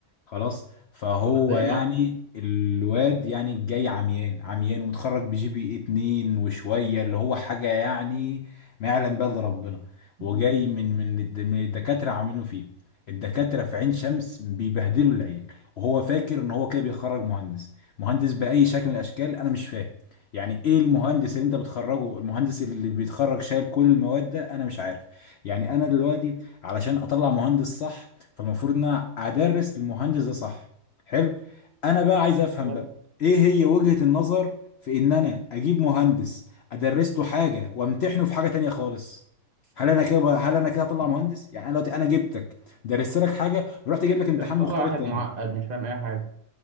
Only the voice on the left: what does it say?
خلاص فهو
يعني
الواد يعني جاي عميان عميان ومتخرج بجي بي اتنين وشوية اللي هو حاجة يعني ما يعلم بها الا ربنا وجاي
من من الد- من الدكاترة عاملينه فيه الدكاترة في عين شمس بيبهدلوا العيال وهو فاكر ان هو كده بيخرج مهندس مهندس بأي شكل من الاشكال انا مش فاهم يعني ايه المهندس اللي انت بتخرجه المهندس اللي بيتخرج شايل كل المواد ده انا مش عارف يعني انا دلوقتي علشان اطلع مهندس صح فالمفروض ان انا ادرس للمهندس ده صح حلو انا بقى عايز افهم
بقى ايه هي وجهة النظر في ان انا اجيب مهندس ادرس له حاجه وامتحنه في حاجه تانية خالص هل انا كده هل انا كده هطلع
مهندس يعني انا دلوقتي انا جبتك درست لك حاجه ورحت اجيب لك امتحان
مختلف
تاني